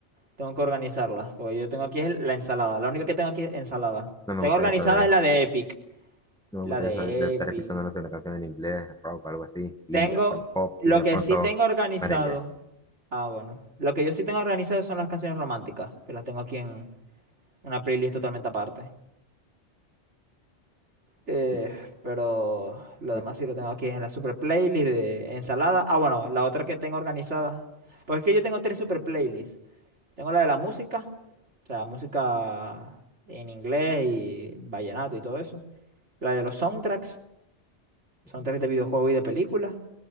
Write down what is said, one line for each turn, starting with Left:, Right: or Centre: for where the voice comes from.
Right: tengo que organizarla, porque yo tengo aquí es la ensalada. La única que tengo aquí es ensalada.
Centre: No me
Right: Tengo
Centre: gusta
Right: organizada
Centre: eso de,
Right: es la de Epic.
Centre: no me
Right: La
Centre: gusta
Right: de
Centre: eso de, de estar
Right: Epic.
Centre: escuchando, no sé, una canción en inglés, rock, algo así, indie,
Right: Tengo,
Centre: alterno pop,
Right: lo
Centre: y de
Right: que
Centre: pronto
Right: sí tengo organizado.
Centre: merengue.
Right: Ah, bueno. Lo que yo sí tengo organizado son las canciones románticas, que las tengo aquí en una playlist totalmente aparte. Eh,
Centre: Sí,
Right: pero lo
Centre: sí,
Right: demás sí lo tengo aquí en la super playlist de ensalada. Ah, bueno, la otra que tengo organizada. Pues es que yo tengo tres super playlists. Tengo la de la música, o sea, música en inglés y vallenato y todo eso. La de los soundtracks,
Centre: sí.
Right: soundtracks de videojuegos y de películas.